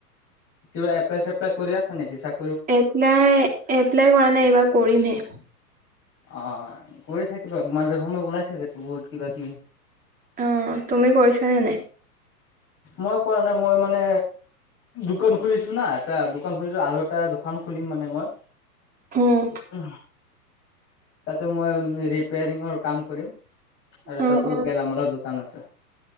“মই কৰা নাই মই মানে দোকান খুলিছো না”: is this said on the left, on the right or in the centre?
Left